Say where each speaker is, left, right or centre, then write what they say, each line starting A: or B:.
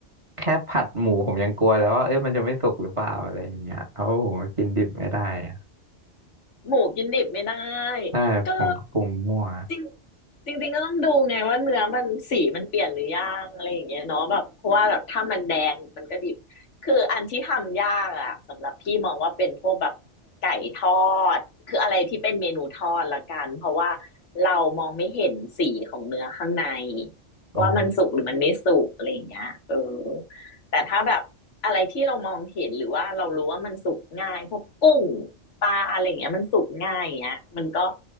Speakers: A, on the right (about 25°); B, on the left (about 80°).
A: แค่ผัดหมูผมยังกลัวแล้วว่าเอ้ยมันจะไม่สุกหรือเปล่าอะไรอย่างเงี้ยเพราะว่าผมก็กินดิบไม่ได้อะ
B: หมูกินดิบไม่ได้
A: ใช่ผมก็ปรุงมั่ว
B: ก็จริงจริงๆก็ต้องดูไงว่าเนื้อมันสีมันเปลี่ยนหรือยังอะไรอย่างเงี้ยเนาะแบบเพราะว่าแบบถ้ามันแดงมันก็ดิบคืออันที่ทำยากอะสำหรับพี่มองว่าเป็นพวกแบบไก่ทอดคืออะไรที่เป็นเมนูทอดละกันเพราะว่าเรามองไม่เห็นสีของเนื้อข้างใน
A: อ๋อ
B: ว่ามันสุกหรือมันไม่สุกอะไรอย่างเงี้ยเออ แต่ถ้าแบบอะไรที่เรามองเห็นหรือว่าเรารู้ว่ามันสุกง่ายพวกกุ้งปลาอะไรอย่างเงี้ยมันสุกง่ายอย่างเงี้ยมันก็